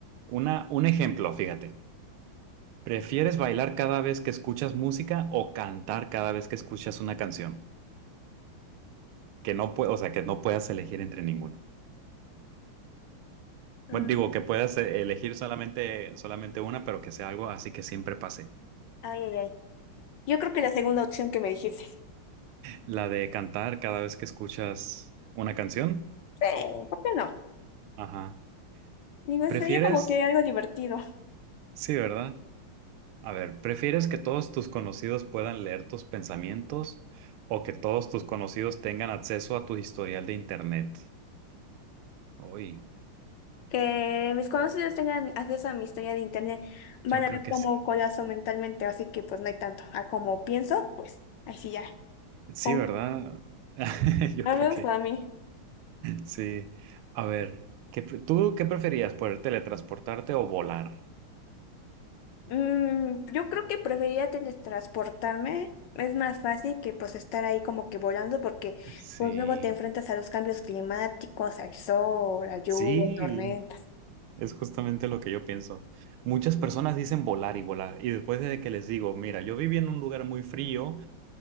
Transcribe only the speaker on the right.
Una, un ejemplo, fíjate. ¿Prefieres bailar cada vez que escuchas música o cantar cada vez que escuchas una canción? Que no pue- o sea, que no puedas elegir entre ninguno.
Bueno, digo, que puedas eh, elegir solamente, solamente una, pero que sea algo así que siempre pase.
La de cantar cada vez que escuchas una canción.
Ajá.
¿Prefieres?
Sí, ¿verdad? A ver, ¿prefieres que todos tus conocidos puedan leer tus pensamientos o que todos tus conocidos tengan acceso a tu historial de internet? Uy,
yo
creo
que
sí.
Sí,
¿verdad? <laughs> Yo
creo
que
sí. A ver, ¿qué, pre- ¿tú qué preferías? ¿Poder teletransportarte o volar?
Sí.
Sí.
Es justamente lo que yo pienso. Muchas personas dicen volar y volar, y después de que les digo, mira, yo viví en un lugar muy frío